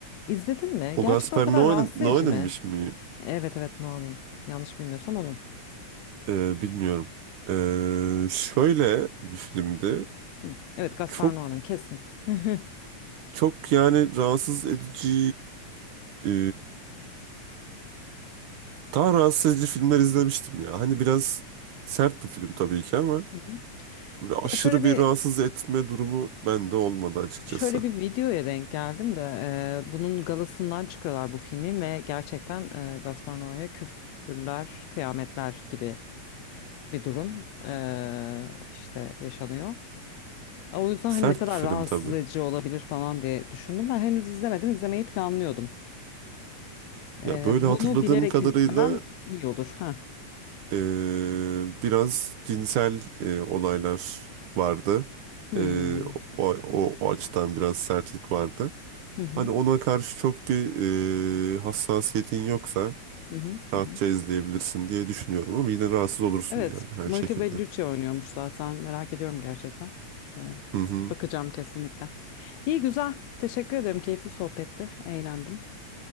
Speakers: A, on the left (about 75°); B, on the right (about 85°).
A: İzledin mi?
B: O
A: Gerçekten
B: Gaspar
A: o kadar
B: Noé,
A: rahatsız
B: Noé'ninmiş
A: edici mi?
B: mi?
A: Evet evet Noé'nin yanlış bilmiyorsam onun.
B: Ee, bilmiyorum. Ee, şöyle bir filmdi.
A: Hı. Evet, Gaspar
B: Çok
A: Noa'nın kesin. <laughs> Hı
B: çok yani rahatsız edici e, daha rahatsız edici filmler izlemiştim ya. Hani biraz sert bir film tabii ki ama
A: Hı
B: böyle aşırı
A: Ya şöyle bir
B: bir rahatsız etme durumu bende olmadı açıkçası.
A: şöyle bir videoya denk geldim de e, bunun galasından çıkıyorlar bu filmi ve gerçekten e, Gaspar Noa'ya küfürler, kıyametler gibi bir durum e, işte yaşanıyor. O yüzden
B: Sert
A: hani ne kadar
B: bir film
A: rahatsız
B: tabii.
A: edici olabilir falan diye düşündüm. Ben henüz izlemedim, izlemeyi planlıyordum.
B: Ya
A: E,
B: böyle
A: bunu
B: hatırladığım
A: bilerek
B: kadarıyla
A: izlemem iyi olur. Ha.
B: e, biraz cinsel e, olaylar vardı.
A: Hmm.
B: E, o, o, o açıdan biraz sertlik vardı.
A: Hı hı.
B: Hani ona karşı çok bir e, hassasiyetin yoksa
A: Hı hı. Hı
B: rahatça
A: hı.
B: izleyebilirsin diye düşünüyorum ama yine rahatsız olursun
A: Evet,
B: yani her
A: Monica
B: şekilde.
A: Bellucci oynuyormuş zaten. Merak ediyorum gerçekten. Ee,
B: Hı hı.
A: bakacağım kesinlikle. İyi güzel. Teşekkür ederim. Keyifli sohbetti. Eğlendim.